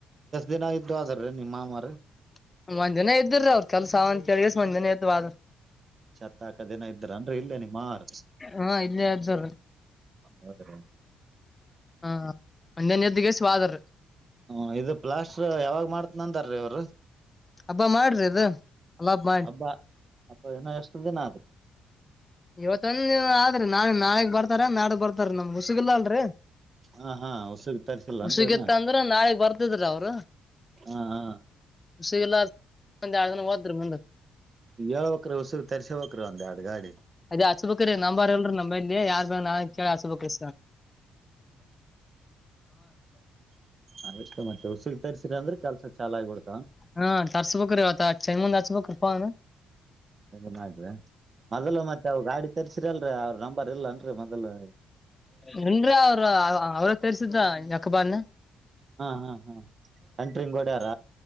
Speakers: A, on the right (about 40°); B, on the left (about 20°).
A: ದಿನ ಇದ್ದು
B: <inaudible>
A: ಹೋದಾರ್ರಿ ನಿಮ್ ಮಾಮಾರ
B: ಒಂದ್ಜನ ಇದ್ದ್ರ ಅವ್ರ ಕೆಲ್ಸ ಅಂತೇಳ. ಹನ್ನನೆ ಎದು ಬ <unintelligible>
A: ಚತ್ತಾಕದೇನ ಇದ್ರ ಅನ್ ಇಲ್ಲೇ ನಿಮ್ ಮಾರ.
B: ಹಾ ಇಲ್ಲಿ ಅಲ್ಲ.
A: ಹೌದ್ರಿ
B: ಹಾ ಮಜನ ಎದ್ದಿಗೆಸಿವಾದರಿ.
A: ಹ್ಮ ಇದು ಪ್ಲಾಸ್ಟ್ರ ಯಾವಾಗ್ ಮಾಡ್ತನ ಅಂತಾರೀ ಅವರು.
B: ಹಬ್ಬ ಮಾಡ್ರಿ ಇದು ಅಲ್ಲಾಪ್ ಮಾಡಿ
A: ಅಬ್ಬಾ ಅಬ್ಬ ಏನ ಎಷ್ಟತದೆ ನದು. <inaudible>
B: ಇವತ್ತೊಂದ ಆದ್ರಿ ನಾ ನಾಳಗ್ ಬರ್ತಾರ ನಾಡಗ್ ಬರ್ತಾರ ನಮ್ ಹುಸಿಗಿಲ್ಲ ಅಲ್ರರಿ.
A: ಹಾ ಹಾ ಹೊಸಗ್ ತರ್ಸಿಲ್ಲನ್ರಿ
B: ಹಸಿಗಿತ್ತ
A: ಇನ್ನ
B: ಅಂದ್ರೆ ನಾಳಗ್ ಬರ್ತಿದ್ರ ಅವರು.
A: ಹಾ ಹಾ.
B: ಸಿ ಎಲ್ಲ ಒ ಎಡು ಜನ ಹೋದ್ರಿ ಬಂದ.
A: ಏಳ್ಬೇಕಕ್ರೆ ಉಸುಗ್ ತರ್ಸಬೇಕಕ್ರ ಒಂದ್ ಎಡು ಗಾಡಿ.
B: ಅದೇ ಹಸು ಬ್ರೀ ನಂಬ ಬಾರ್ ಇಲ್ರೀ ನಮ್ಮೇಲಿ ಯಾರ್ ಬ ನಾ ಕೇಳಿ ಅಸುಬಕ್ ಇ.
A: ಅದಕ್ಕೆ ಮತ್ತೆ ಉಸ. ತರಿಸಸಿ ಅ್ರ ಕೆಲಸ ಚ ಆಗ್ಬಿಡತ್ತೆ.
B: ಹಾ ತರ್ಸು ಬಕ ರರಿತ ಚೈಮ ತರ್ಸ ಬಕ ಪ.
A: ಎ ಮಾಡ್ರಿ ಮೊದ್ಲು ಮತ್ತೆ ಅವ ಗಾಡಿ ತರ್ಸಿರಲ್ರರಿ ಅವ್ರ ನಂಬರ್ ಇಲ್ಲನ್ರರಿ ಮೊದ್ಲು.
B: ಏನ್ರ ಅವ್ರ ಅವ್ರ ತರ್ಸಿದ ಯಕಬಾನ.
A: ಹಾ ಹಾ ಹ್ಮ ಸೆಂಟ್ರಿಂಗ್ ಗೋಡ್ಯಾರ.